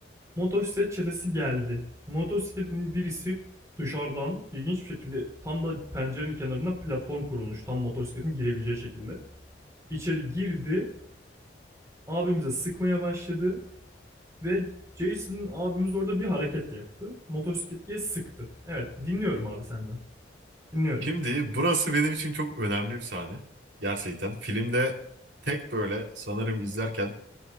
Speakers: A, on the right (about 15°); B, on the right (about 80°).
A: Motosiklet çetesi geldi. Motosikletin birisi dışarıdan ilginç bir şekilde tam da pencerenin kenarına platform kurulmuş. Tam motosikletin girebileceği şekilde içeri girdi. Abimize sıkmaya başladı ve Jason'ın abimiz orada bir hareket yaptı. Motosikletliye sıktı. Evet dinliyorum abi senden. Dinliyorum.
B: Şimdi burası benim için çok önemli bir sahne. Gerçekten filmde tek böyle sanırım izlerken